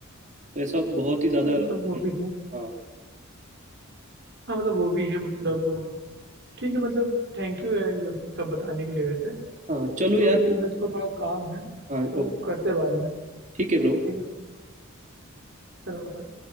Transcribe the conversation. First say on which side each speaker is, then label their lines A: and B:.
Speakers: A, on the right; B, on the right.
A: तो ऐसा बहुत ही ज़्यादा
B: हाँ मतलब वो भी है
A: हाँ
B: हाँ मतलब वो भी है मतलब ठीक है मतलब थैंक यू है ये सब बताने के लिए वैसे
A: हाँ चलो
B: तो
A: यार
B: अभी मेरे को थोड़ा काम है तो
A: हाँ ओके
B: करते बाद में
A: ठीक
B: ठीक
A: है ब्रो
B: है चलो भाई